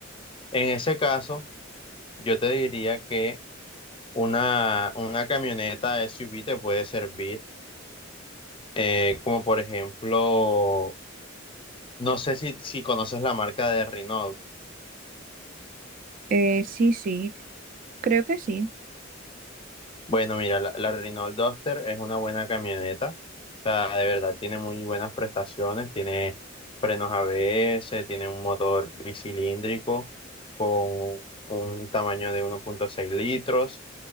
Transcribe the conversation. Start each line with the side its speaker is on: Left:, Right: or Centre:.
Left: en ese caso, yo te diría que una, una camioneta SUV te puede servir. Eh, como por ejemplo, no sé si, si conoces la marca de Renault.
Right: Eh, sí, sí, creo que sí.
Left: Bueno, mira, la, la Renault Duster es una buena camioneta. O sea, de verdad, tiene muy buenas prestaciones. Tiene frenos ABS, tiene un motor bicilíndrico con un tamaño de 1.6 litros.